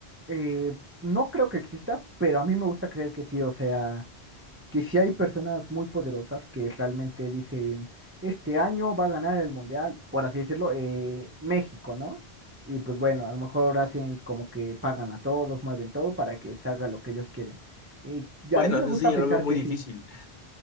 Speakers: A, on the right (about 15°); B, on the left (about 50°).
A: eh, no creo que exista, pero a mí me gusta creer que sí, o sea, que sí hay personas muy poderosas que realmente dicen, este año va a ganar el mundial, por así decirlo, eh, México, ¿no? Y pues bueno, a lo mejor hacen como que pagan a todos, mueven todo para que se haga lo que ellos quieren. Y
B: Bueno,
A: a mí me
B: eso
A: gusta
B: sí, ya
A: pensar
B: lo veo muy
A: que
B: difícil.
A: sí.